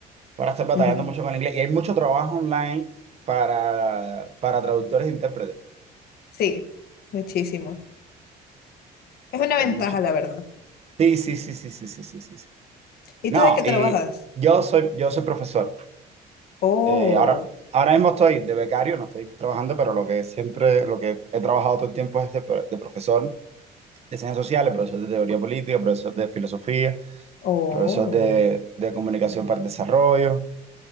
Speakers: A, on the right; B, on the left.
A: para estar batallando
B: ujú,
A: mucho con el inglés. Y hay mucho trabajo online para, para traductores e intérpretes.
B: Sí, muchísimo. Es una
A: Hay
B: ventaja,
A: mucho.
B: la verdad.
A: Sí, sí, sí, sí, sí, sí, sí, sí. sí.
B: ¿Y
A: No,
B: tú de qué trabajas?
A: y yo soy, yo soy profesor.
B: Oh,
A: Eh, ahora, ahora mismo estoy de becario, no estoy trabajando, pero lo que siempre, lo que he trabajado todo el tiempo es de, pro- de profesor de ciencias sociales, profesor de teoría política, profesor de filosofía,
B: Oh,
A: profesor de, de comunicación para el desarrollo,